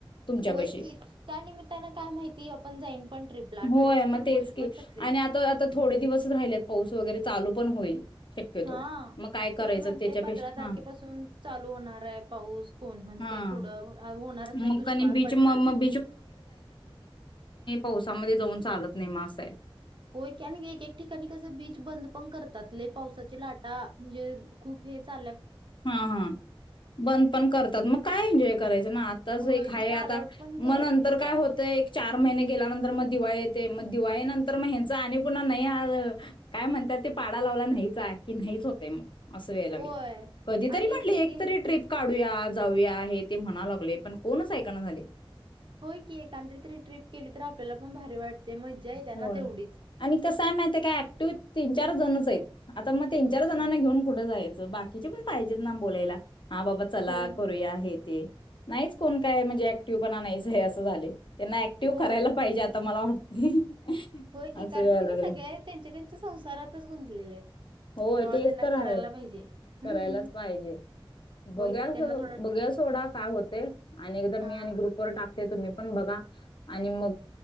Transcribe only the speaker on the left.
तुमच्यापाशी
होय
मग
तेच
की
आणि आता आता थोडे दिवसच राहिले पाऊस वगैरे चालू पण होईल. शक्यतो.
मग काय
करायचं
त्याच्यापेक्षा
हा
हा
मग
कणी बीच
म
मग पासामध्ये जाऊन चालत नाहीे मा असं आहे.
हा हा बंद पण करतात मग काय एन्जॉय करायचं ना आताच
एक आहे
आता
म नंतर
काय होतय एक चार महिने गेल्यानंतर म दिवाळी येते मग दिवाळी नंतर मग हचा आणि पुन्हा नाही काय म्हणतात ते पाडा लावला नाहीचा की नाहीच होते मग अस वेला
भ कधीतरी
म्हटले
एक तरी ट्र्रीप काढून. ूया जाऊया हे ते म्हणा लागले पण कोणच ऐकना झाले.
हो
आणि कसं आहे माहित काय ऍक्टिव्ह तीन चार जणच आहेत. आता मग तीन
चार जणांना घेऊन कुठं जाय. बाकीचे पण पाहिजेत ना बोलायला. हा बाबा चला
करूया आहेत. ते नाहीच कोण काय म्हणजे ऍक्टिव पणा नाहीच आहे असं झाले. त्यांना ऍक्टिव्ह
करायला पाहिजे आताला वाट <inaudible>
अस
याय
लागले
होय
तेच
तर आहे
करायलाच पाहिजे बघ्यास
बघ्या सोडा काय होते आणि एकदा
मी आणि ग्रुपवरर टाकते तुम्ही बा म